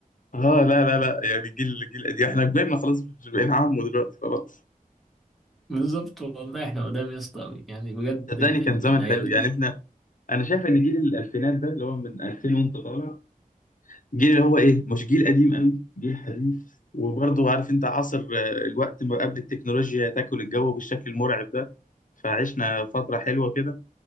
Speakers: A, on the left; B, in the centre.
A: اه لا لا لا يعني جيل جيل قديم احنا كبرنا خلاص مش بقينا عم دلوقتي خلاص
B: بالظبط والله احنا قدام يا اسطى قوي يعني بجد
A: صدقني
B: ال-
A: كان
B: ال-
A: زمن
B: الايام
A: حلو
B: دي
A: يعني احنا انا شايف ان جيل الالفينات ده اللي هو من 2000 وانت طالع جيل اللي هو ايه مش جيل قديم قوي جيل حديث وبرضه عارف انت عصر آه، الوقت ما قبل التكنولوجيا تاكل الجو بالشكل المرعب ده فعشنا فترة حلوة كده